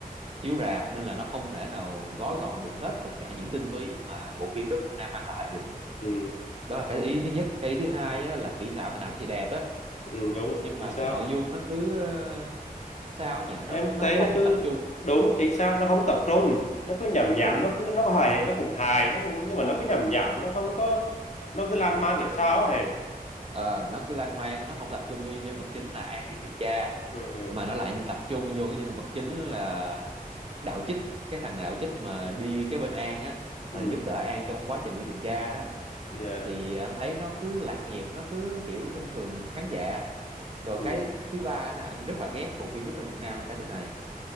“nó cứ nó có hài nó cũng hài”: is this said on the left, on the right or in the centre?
Left